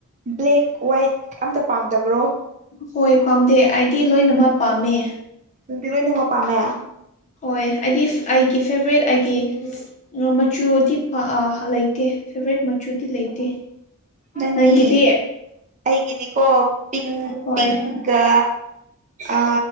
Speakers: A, on the right; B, on the left.
A: ꯕ꯭ꯂꯦꯛ ꯋꯥꯏꯠ ꯑꯝꯇ ꯄꯥꯝꯗꯕ꯭ꯔꯣ꯫
B: ꯍꯣꯏ ꯄꯥꯝꯗꯦ ꯑꯩꯗꯤ ꯂꯣꯏꯅꯃꯛ ꯄꯥꯝꯃꯦ꯫
A: ꯅꯪꯗꯤ ꯂꯣꯏꯅꯥꯃꯛ ꯄꯥꯝꯃꯦ꯫
B: ꯍꯣꯏ ꯑꯩꯗꯤ ꯑꯩꯒꯤ ꯐꯦꯚꯣꯔꯥꯏꯠ ꯑꯩꯒꯤ ꯃꯆꯨꯗꯤ ꯄ ꯑꯥ ꯂꯩꯇꯦ꯫ ꯐꯦꯕꯣꯔꯥꯏꯠ ꯃꯆꯨꯗꯤ ꯂꯩꯇꯦ꯫
A: ꯅꯪꯒꯤ
B: ꯅꯪꯒꯤꯗꯤ
A: ꯑꯩꯒꯤ ꯀꯣ ꯄꯤ
B: ꯍꯣꯏ
A: ꯄꯤꯀ ꯑ